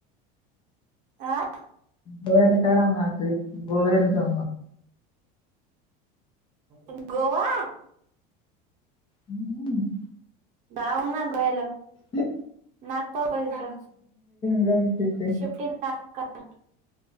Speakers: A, on the right (about 40°); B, on the left (about 25°).
A: आं.
B: गवाला काढ मात गवाल तो
A: तुम गोवा.
B: हम्म.
A: गाव ना गेलो.
B: हम.
A: नागपावलते
B: जाऊन तिथे
A: शिप्टीला. हा काय